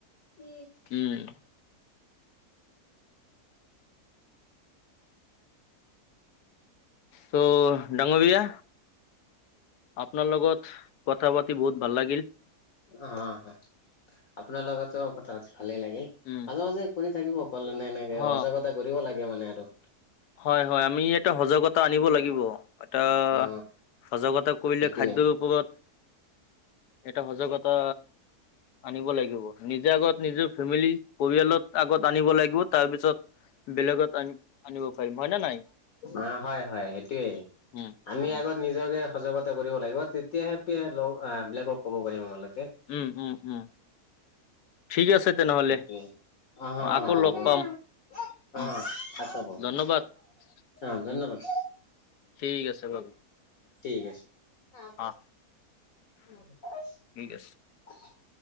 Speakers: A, on the left (about 60°); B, on the left (about 80°).
A: <unintelligible>
B: কে। <unintelligible> ত' ডাঙৰ ভাইয়া? আপোনাৰ লগত কথা পাতি বহুত ভাল লাগিল।
A: অঁ, অঁ আপোনাৰ লগতো কথা পাতি ভালেই লাগিল।
B: উম
A: মাজে মাজে কৰি থাকিব কল এনে এনেকে,
B: হ
A: সজাগতা কৰিব লাগে মানে আৰু।
B: হয়, হয় আমি ইয়াতে সজাগতা আনিব লাগিব। এটা
A: অ
B: সজাগতা কৰিলে
A: সেইটোয়ে
B: খাদ্যৰ ওপৰত, এটা সজাগতা আনিব লাগিব। নিজে আগত নিজৰ ফেমিলি পৰিয়ালত আগত আনিব লাগিব, তাৰ পিছত বেলেগত আন আনিব পাৰিম হয় নে নাই
A: অ', হয় হয় সেইটোৱেই,
B: উম
A: আমি
B: উম
A: আগত- নিজকে সজাগতা কৰিব লাগিব, তেতিয়াহে হেপি বেলেগক ক'ব পাৰিম আমালোকে।
B: উম, উম, উম। ঠিক আছে তেনেহ'লে,
A: সেইটোৱে হ
B: অ' আকৌ
A: হ হ'ব
B: লগ পাম।
A: <unintelligible>
B: উম
A: অ' আকৌ পাম।
B: ধন্যবাদ
A: অ' ধন্যবাদ,
B: উম ঠিক আছে বাৰু
A: ঠিক আছে। ন ব
B: অ
A: লাগিব
B: ঠিক আছে
A: <unintelligible>